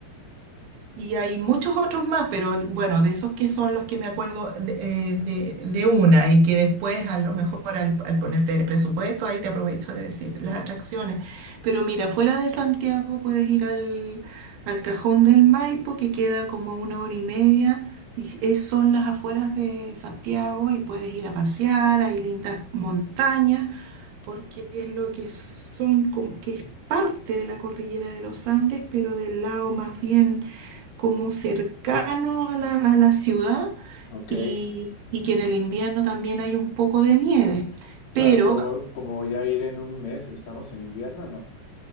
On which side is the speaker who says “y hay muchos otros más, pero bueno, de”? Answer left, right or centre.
Right